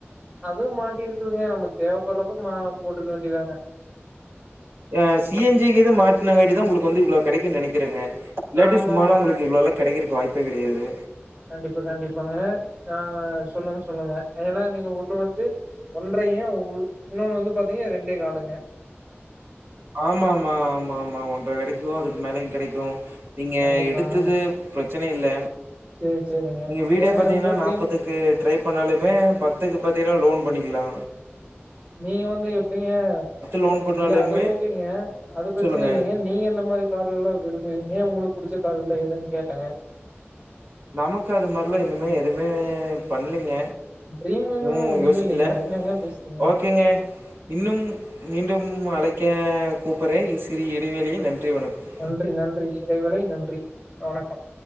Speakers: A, on the right (about 30°); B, on the right (about 65°).
A: அதும் மாட்டிருக்குதுங்க நம்ம தேவப்பட்றப்ப மா போட்டுக்க வேண்டிதாங்க
B: அ சி என் ஜி கிது மாட்டனங்காட்டிதா உங்ளுக்கு வந்து இவ்ளோ கெடைக்குன் நெனைக்கிறங்க இல்லாட்டி
A: ஆமா
B: சும்மாலா
A: ஆமாங்க.
B: உங்ளுக்கு இவ்ளோலா கெடைக்கறக்கு வாய்ப்பே கெடையாது
A: கண்டிப்பா கண்டிப்பாங்க ஆ சொல்லுங்க சொல்லுங்க ஏனா நீங்க ஒன்னு வந்து ஒன்றையு ஒ இன்னொன்னு வந்து பாத்தீங்க ரெண்டே காலுங்க
B: ஆமாமா ஆமாமா ஒன்ற கெடைக்கு அதுக்கு மேலயு கெடைக்கு நீங்க
A: கண்டிப்பாங்க.
B: எடுத்தது பிரச்சனயில்ல
A: சரி, சரிங்க.
B: நீங்க வீடே
A: ஏங்க
B: பாத்தீங்கன்னா
A: உங்க ட்ரீம்
B: நாப்பதுக்கு ட்ரை பண்ணாலுமே பத்துக்கு பாத்தீங்னா லோன் பண்ணிக்லா
A: நீங்க வந்து எப்டீங்க
B: லோன் பண்ணாலுமே
A: இல்ல அது ஓகே ங்க அது பிரச்சன
B: சொல்லுங்க.
A: இல்லைங்க நீ எந்த மாரி கார்கள்ல்ல <inaudible> வெய்ங்க உங்ளுக்கு புடிச்ச காருல்ல எதுன் கேட்டாங்க
B: நமக்கு அது மாரிலா இன்னுமே எதுவுமே பண்லீங்க
A: ட்ரீமுங்கன்னு
B: இன்னு
A: ஒண்ணுமே
B: யோசிக்கல
A: இல்லைங்களா? என்னங்க பேசுறீங்க?
B: ஓகேங்க இன்னும் மீண்டும் அழைக்க கூப்புறே இ சிறிய இடைவேளையில் நன்றி வணக்கம்
A: நன்றி நன்றி இடைவேளை நன்றி வணக்கம்